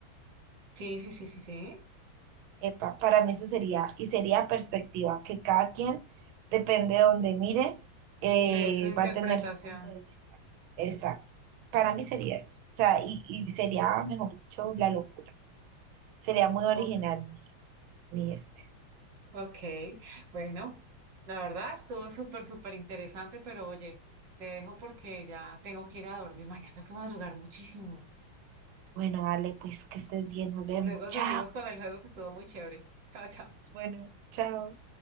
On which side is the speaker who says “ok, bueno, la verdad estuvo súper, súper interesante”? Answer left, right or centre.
Right